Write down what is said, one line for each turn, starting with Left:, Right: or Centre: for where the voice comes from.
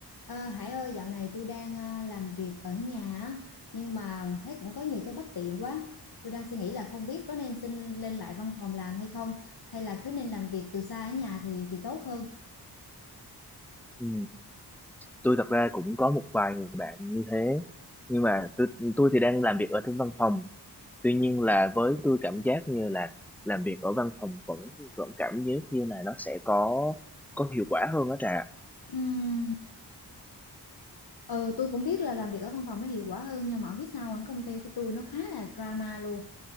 Left: Ờ, Hải ơi, dạo này tôi đang ờ, làm việc ở nhà á, nhưng mà thấy cũng có nhiều cái bất tiện quá. Tôi đang suy nghĩ là không biết có nên xin lên lại văn phòng làm hay không, hay là cứ nên làm việc từ xa ở nhà thì thì tốt hơn.
Centre: Ừ. Tôi thật ra cũng có một vài người bạn như thế nhưng mà tôi, tôi thì đang làm việc ở trên văn phòng tuy nhiên là với tôi cảm giác như là làm việc ở văn phòng vẫn vẫn cảm giác như là nó sẽ có có hiệu quả hơn đó Trà
Left: Ừm, Ờ, tôi cũng biết là làm việc ở văn phòng nó hiệu quả hơn nhưng mà không biết sao công ty của tôi nó khá là drama luôn.